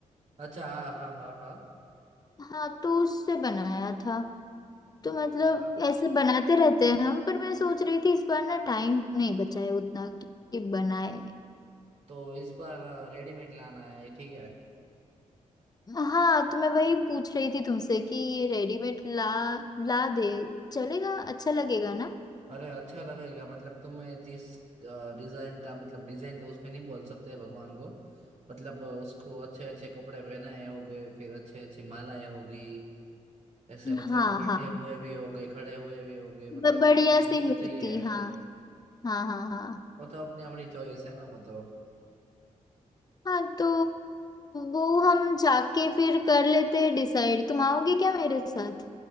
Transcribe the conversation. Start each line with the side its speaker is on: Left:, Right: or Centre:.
Right: अच्छा हाँ हाँ हाँ हाँ
Left: हाँ तो उससे बनाया था तो
Right: ओके,
Left: मतलब
Right: वाह।
Left: ऐसे बनाते रहते हैं हम पर मैं सोच रही थी इस बार ना टाइम नहीं बचा है उतना कि कि बनाए
Right: तो इस बार रेडीमेड लाना है ठीक है
Left: हाँ तो मैं वही पूछ रही थी तुमसे कि ये रेडीमेड ला ला दे चलेगा अच्छा लगेगा ना
Right: अरे अच्छा लगेगा मतलब तुम्हें जिस डिजाइन का मतलब डिजाइन तो उसमें नहीं बोल सकते भगवान को मतलब अ, उसको अच्छे अच्छे कपड़े पहनाए होंगे फिर अच्छी अच्छी मालाएं होगी ऐसे मतलब
Left: हाँ
Right: बैठे
Left: हाँ हाँ
Right: हुए भी होंगे खड़े हुए भी होगे मतलब
Left: ब- बढ़िया
Right: तुम्हें जैसा
Left: सी मूर्ति
Right: चाहिए
Left: हाँ हाँ हाँ हाँ
Right: वो तो अपनी अपनी चॉइस है ना वो तो
Left: हाँ तो वो हम जाके फिर कर लेते हैं डिसाइड तुम आओगे क्या मेरे साथ